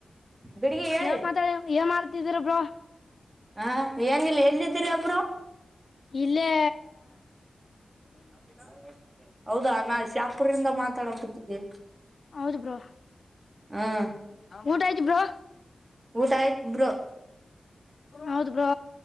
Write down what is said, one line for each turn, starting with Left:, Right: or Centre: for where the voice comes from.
Right: ಗಡಿಗೆ ಹೇಳಿ
Left: ಯಾವ ಮಾತಾಡ ಏನ್ ಮಾಡ್ತಿದರ ಬ್ರೋ
Right: ಹಾ ಏನಿಲ್ಲ ಎಲ್ಲಿದ್ದೀರ ಬ್ರೋ
Left: ಇಲ್ಲೆ
Right: <inaudible> ಹೌದಾ ನಾ ಶಾಪುರಿಂದ ಮಾತಾಡ ಕೂತಿದ್ದೇ
Left: ಹೌದ ಬ್ರೋ
Right: ಹ್ಮ್
Left: ಊಟ ಆಯ್ತ್ ಬ್ರೋ
Right: ಊಟ ಆಯ್ತ್ ಬ್ರೋ
Left: ಹೌದ್ ಬ್ರೋ